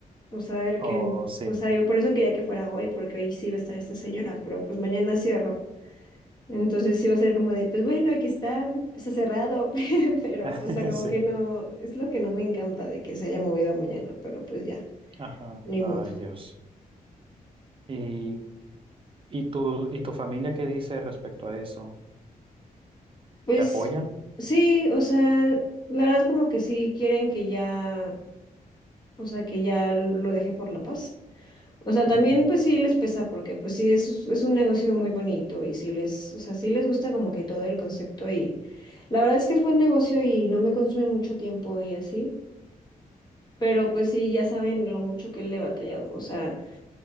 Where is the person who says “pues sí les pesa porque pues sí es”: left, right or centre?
Left